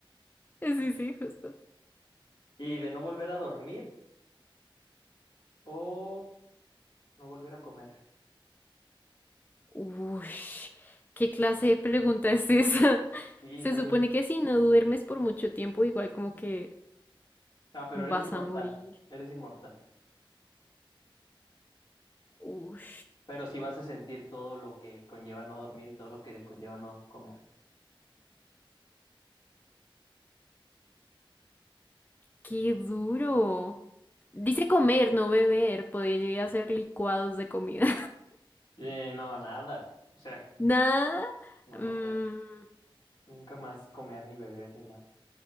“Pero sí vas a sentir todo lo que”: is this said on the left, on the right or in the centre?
Left